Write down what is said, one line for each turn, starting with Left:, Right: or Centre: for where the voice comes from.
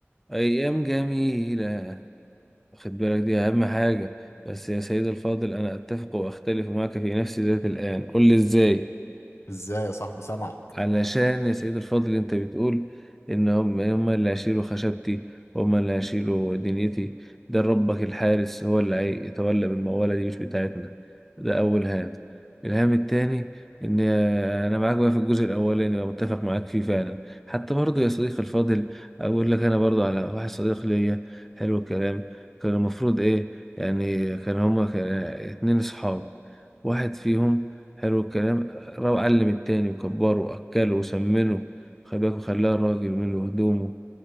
Centre: أيام جميلة واخد بالك دي أهم حاجة بس يا سيد الفاضل أنا أتفق وأختلف معك في نفس ذات الآن قل لي إزاي
Left: ازاي يا صاحبي سامعك
Centre: علشان يا سيد الفاضل انت بتقول ان هم هم اللي هيشيلوا خشبتي هم اللي هيشيلوا دنيتي ده ربك الحارس هو اللي هيتولى بالموالة دي مش بتاعتنا ده اول هام الهام التاني ان انا معاك بقى في الجزء الاولاني بقى متفق معاك فيه فعلا حتى برضو يا صديقي الفاضل اقول لك انا برضو على واحد صديق ليا حلو الكلام كان المفروض ايه يعني كان هما كان اتنين صحاب واحد فيهم حلو الكلام راح علم التاني وكبره وأكله وسمنه خباك وخلاه راجل منه هدومه